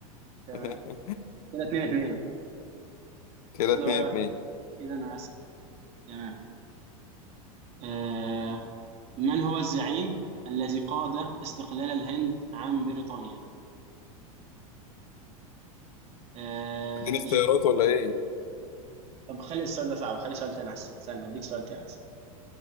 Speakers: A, on the right; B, on the left.
A: تمام
B: <laughs>
A: كده اتنين اتنين
B: كده
A: أنا
B: اتنين
A: بقى
B: اتنين
A: كده أنا هسأل تمام آه، من هو الزعيم الذي قاد استقلال الهند عن بريطانيا؟ آه،
B: هتديني اختيارات
A: ج...
B: ولا إيه؟
A: طب خلي السؤال ده صعب خلي سؤال تاني أحسن استنى أديك سؤال تاني أحسن